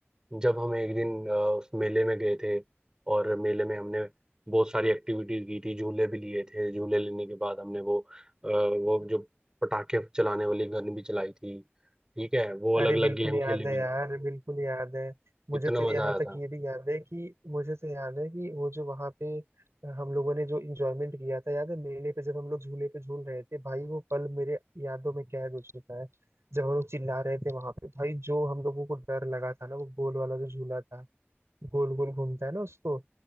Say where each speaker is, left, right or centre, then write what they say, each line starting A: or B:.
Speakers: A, on the right; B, on the right.
A: जब हम एक दिन अ, उस मेले में गए थे और मेले में हमने बहुत सारी एक्टिविटीज की थी झूले भी लिए थे झूले लेने के बाद हमने वो अ, वो जो पटाखे चलाने वाली गन भी चलाई थी ठीक है वो अलग
B: अरे
A: अलग
B: बिल्कुल
A: गेम
B: याद
A: खेले भी
B: है यार बिल्कुल याद है मुझे
A: कितना
B: तो
A: मजा
B: यहाँ
A: आया
B: तक
A: था
B: ये भी याद है कि मुझे तो याद है कि वो जो वहाँ पे हम लोगों ने जो इंजॉयमेंट किया था याद है मेले पे जब हम लोग झूले पे झूल रहे थे भाई वो पल मेरे यादों में कैद हो चुका है जब हम लोग चिल्ला रहे थे वहां पे भाई जो हम लोगों को डर लगा था ना वो गोल वाला जो झूला था गोल गोल घूमता है ना उसको